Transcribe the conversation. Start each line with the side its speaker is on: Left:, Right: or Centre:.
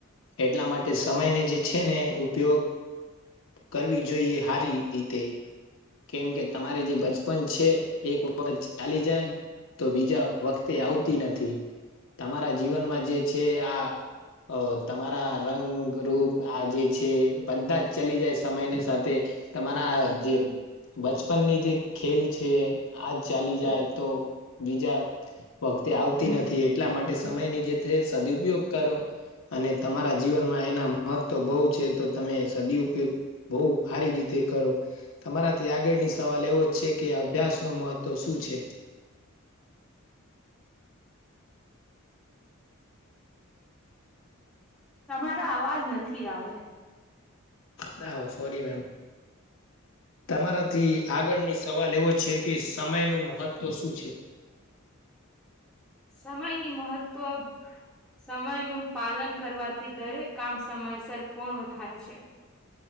Left: એટલા માટે સમયને જે છે ને ઉપયોગ કરવી જોઈએ હારી રીતે કેમ કે તમારે જે બચ પણ છે એક વખત ચાલી જાય તો બીજા વખતે આવતી નથી. તમારા જીવનમાં જે છે આ અ તમારા રંગરૂૂપ આ જે છે બધા જ ચલી જાય સમયની સાથે તમારા જે બચપન ની જે ખેલ છે આજ ચાલી જાય તો બીજા વખતે આવતી નથી એટલા માટે સમયની જે છે સદુપયોગ કરો અને તમારા જીવનમાં એના મહત્વ બહુ છે તો તમે સદી ઉપયોગ બઉ હારી રીતે કરો તમારાથી આગળની સવાલ એવો છે. કે અભ્યાસ ન મહત્વ શું છે.
Centre: તમારા અવાજ નથી આવે.
Left: ના હો સોરી મેમ તમારાથી આગળની સવાલ એવો છે કે સમયનું મહત્ત્વ શું છે.
Centre: સમયની મહત્વ સમય નું પાલન કરવાથી દરેક કામ સમયસર પૂર્ણ થાય છે.